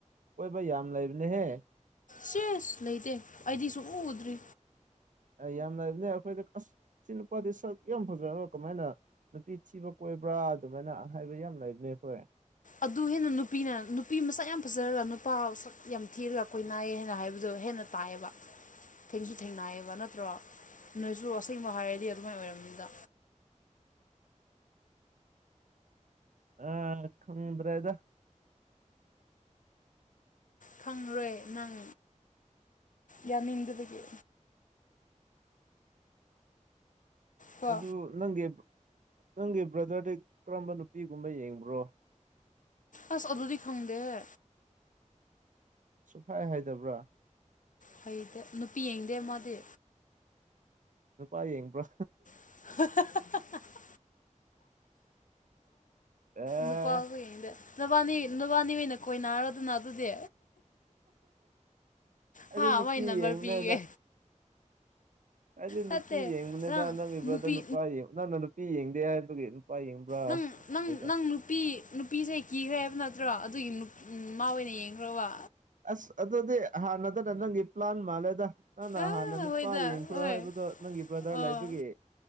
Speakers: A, on the right; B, on the left.
A: ꯀꯣꯏ ꯥꯏ ꯌꯥꯝ ꯂꯩꯕꯅꯦꯍꯦ
B: ꯁꯦꯁ ꯂꯩꯇꯦ ꯑꯩꯗꯤꯁꯨ ꯎꯗ꯭ꯔꯤ
A: ꯌꯥꯝꯅꯕꯅꯦ ꯑꯩꯈꯣꯏꯗ ꯑꯁ ꯁꯤ ꯅꯨꯄꯥꯗꯤ ꯁꯛ ꯌꯥꯝ ꯐꯖꯔꯒ ꯀꯃꯥꯏꯅ ꯅꯨꯄꯤ ꯊꯤꯕ ꯀꯣꯏꯕ꯭ꯔꯥ ꯑꯗꯨꯃꯥꯏꯅ ꯍꯥꯏꯕ ꯌꯥꯝ ꯂꯩꯕꯅꯦ ꯑꯩꯈꯣꯏ
B: ꯑꯗꯨ ꯍꯦꯟꯅ ꯅꯨꯄꯤꯅ ꯅꯨꯄꯤ ꯃꯁꯛ ꯌꯥꯝ ꯐꯖꯔꯒ ꯅꯨꯄꯥ ꯃ ꯁꯛ ꯌꯥꯝ ꯊꯤꯔꯒ ꯑꯩꯈꯣꯏ ꯅꯥꯏꯌꯦ ꯍꯥꯏꯅ ꯍꯥꯏꯕꯗꯣ ꯑꯗꯨ ꯍꯦꯟꯅ ꯇꯥꯏꯌꯦꯕ ꯊꯦꯡꯁꯨ ꯊꯦꯡꯅꯏꯌꯦꯕ ꯅꯠꯇ꯭ꯔꯣ ꯅꯣꯏꯁꯨ ꯑꯁꯦꯡꯕ ꯍꯥꯏꯔꯗꯤ ꯑꯗꯨꯃꯥꯏꯅ ꯑꯣꯏꯔꯝꯅꯤꯗ
A: ꯑꯥ ꯈꯪꯗ꯭ꯔꯦꯗ
B: ꯈꯪꯂꯔꯣꯏ ꯅꯪ ꯌꯥꯅꯤꯡꯗꯕꯒꯤ
A: <inaudible>
B: ꯀꯣ
A: ꯑꯗꯨꯗ ꯅꯪꯗꯤ ꯅꯪꯒꯤ ꯕ꯭ꯔꯗꯔꯗꯤ ꯀꯔꯝꯕ ꯅꯨꯄꯤꯒꯨꯝꯕ ꯌꯦꯡꯕ꯭ꯔꯣ
B: ꯑꯁ ꯑꯗꯣꯗꯤ ꯈꯪꯗꯦꯍꯦ
A: ꯁꯨꯡꯍꯥꯏ ꯍꯥꯏꯗꯕ꯭ꯔꯥ
B: ꯍꯥꯏꯗꯦ ꯅꯨꯄꯤ ꯌꯦꯡꯗꯦ ꯃꯥꯗꯤ
A: ꯅꯨꯄꯥ ꯌꯦꯡꯕ꯭ꯔꯥ
B: <inaudible>
A: ꯑꯦ
B: ꯅꯨꯄꯥꯈꯩꯗ ꯅꯨꯕꯥꯟꯅꯤ ꯅꯨꯕꯥꯟꯅꯤ ꯑꯣꯏꯅ ꯀꯣꯏꯅꯔꯗꯣꯅ ꯑꯗꯨꯗꯤ
A: ꯑꯩ
B: ꯍꯥ
A: ꯅꯨꯄꯤ
B: ꯃꯥꯏ ꯅꯝꯕꯔ
A: ꯌꯦꯡꯉꯨꯅꯦꯅ
B: ꯄꯤꯒꯦ
A: ꯑꯩꯗꯤ ꯅꯨꯄꯤ
B: ꯅꯠꯇꯦ
A: ꯌꯦꯡꯕꯅꯤꯗ
B: ꯅꯪ
A: ꯅꯪꯒꯤ ꯕ꯭ꯔꯗꯔ
B: ꯅꯨꯄꯤ
A: ꯅꯨꯄꯥ ꯌꯦꯡꯉ ꯅꯪꯅ ꯅꯨꯄꯤ ꯌꯦꯡꯗꯦ ꯍꯥꯏꯕꯒꯤ ꯌꯦꯡꯕ꯭ꯔꯥ
B: ꯅꯪ
A: ꯍꯪꯕꯅꯤꯗ
B: ꯅꯪ ꯅꯪ ꯅꯨꯄꯤ ꯅꯨ ꯅꯨꯄꯤꯁꯩ ꯀꯤꯈ꯭ꯔꯦ ꯍꯥꯏꯕ ꯅꯠꯇ꯭ꯔꯣ ꯑꯗꯨꯒꯤ ꯃꯥ ꯑꯣꯏꯅ ꯌꯦꯡꯈ꯭ꯔꯕ
A: ꯑꯁ ꯑꯗꯨꯗꯤ ꯍꯥꯟꯅꯗꯅ ꯅꯪꯒꯤ ꯄ꯭ꯂꯥꯟ ꯃꯥꯜꯂꯦꯗ ꯅꯪꯅ
B: ꯑꯥ
A: ꯍꯥꯟꯅ ꯅꯨꯄꯥ
B: ꯍꯣꯏꯗ
A: ꯌꯦꯡꯈ꯭ꯔꯣ
B: ꯍꯣꯏ
A: ꯍꯥꯏꯕꯗꯣ ꯅꯪꯒꯤ ꯕ꯭ꯔꯗꯔ
B: ꯑꯣ
A: ꯂꯩꯕꯤꯒ